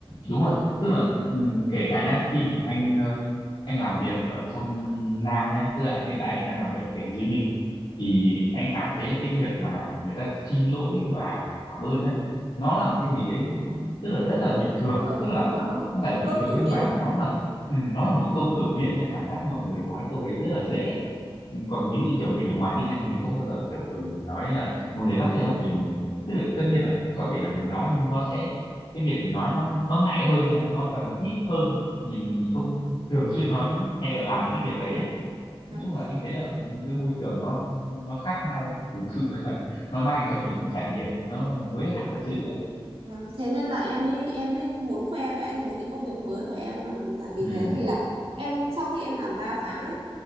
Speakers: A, on the left; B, on the right.
A: đúng rồi tức là ừ, kể cả nhá khi mà anh ờ, anh làm việc ở trong Nam nhá tức là hiện tại anh đang làm việc ở thành phố Hồ Chí Minh thì anh cảm thấy là cái việc mà người ta xin lỗi và cảm ơn đấy nó là một cái gì đấy tức là rất là bình thường
B: ừ,
A: tức là
B: đúng rồi đúng rồi
A: không phải là bình
B: câu
A: thường
B: cửa
A: nhưng
B: miệng
A: mà nó là ừ, nó là một câu cửa miệng nha cảm giác mọi người nói câu đấy rất là dễ còn ví dụ như kiểu mình ở ngoài kia này mình không bao giờ kiểu ừ mình nói là một người dắt xe hộ mình tức là tất nhiên là có thể là mình nói nhưng nó sẽ cái việc mình nói nó nó ngại hơn nè nó và nó ít hơn mình mình không thường xuyên nói hay là làm những cái việc đấy ấy.
B: Đấy.
A: nói chung là anh thấy là ở cái môi trường nó nó khác nhau thực sự là <laughs> nó mang cho mình những trải nghiệm nó mới lạ thật sự ấy.
B: Vâng, thế nên là em mới em mới muốn khoe với anh về cái công việc mới của em là, là vì
A: ừ
B: thế vì là em sau khi em làm 3 tháng ấy